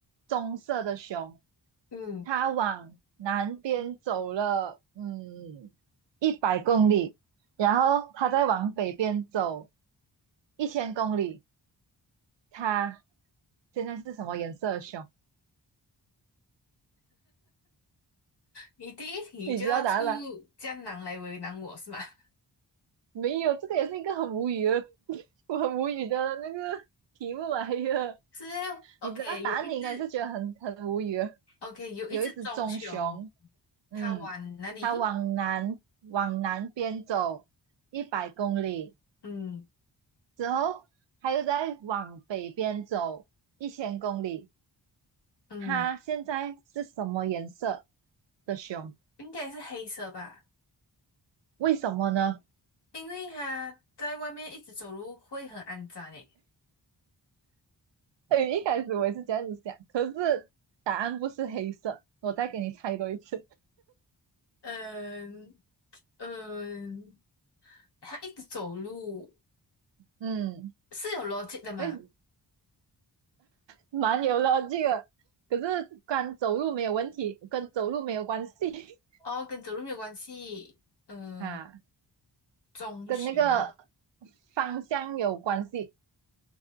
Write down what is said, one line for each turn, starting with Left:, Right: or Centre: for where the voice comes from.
Right: 棕色的熊，
Left: 嗯，
Right: 它往南边走了，嗯，一百公里，然后它再往北边走一千公里，它现在是什么颜色的熊？
Left: 你第一题就要出
Right: 你知道答案吗？
Left: 江南来为难我是吗？<laughs>
Right: 没有，这个也是一个很无语的，<laughs> 我很无语的那个题目来的。
Left: 是
Right: <laughs>
Left: ，OK，
Right: 你知道答案，
Left: 有一只
Right: 你应该是觉得很很无语的。
Left: <laughs>，OK，有一只棕熊，
Right: 有一只棕熊，嗯，
Left: 它往哪里？
Right: 它往南往南边走一百公里
Left: 嗯
Right: 之后，它又在往北边走一千公里。
Left: 嗯，
Right: 它现在是什么颜色的熊？
Left: 应该是黑色吧，
Right: 为什么呢？
Left: 因为它在外面一直走路会很肮脏诶。
Right: <laughs> 哎，一开始我也是这样子想，可是答案不是黑色。我再给你猜多一次。
Left: 嗯嗯，它一直走路
Right: 嗯，
Left: 是有逻辑的嘛？
Right: 哎，蛮有逻辑的，可是跟走路没有问题，跟走路没有关系
Left: 哦，跟走路没有关系。嗯。
Right: <laughs> 啊，
Left: 棕熊，
Right: 跟那个方向有关系